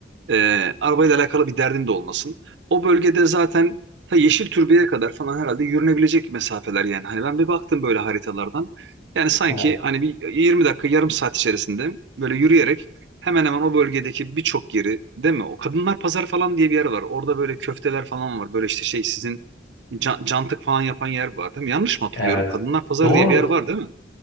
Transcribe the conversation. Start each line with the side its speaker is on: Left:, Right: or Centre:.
Right: E, arabayla alakalı bir derdin de olmasın. O bölgede zaten ta Yeşil Türbe'ye kadar falan herhalde yürünebilecek mesafeler yani. Hani ben bir baktım böyle haritalardan. Yani sanki
Left: Evet.
Right: hani bir 20 dakika yarım saat içerisinde böyle yürüyerek hemen hemen o bölgedeki birçok yeri değil mi? O Kadınlar Pazarı falan diye bir yer var. Orada böyle köfteler falan var. Böyle işte şey sizin can- cantık falan yapan yer var değil mi? Yanlış mı hatırlıyorum?
Left: Evet.
Right: Kadınlar Pazarı
Left: Doğru
Right: diye bir yer var değil mi?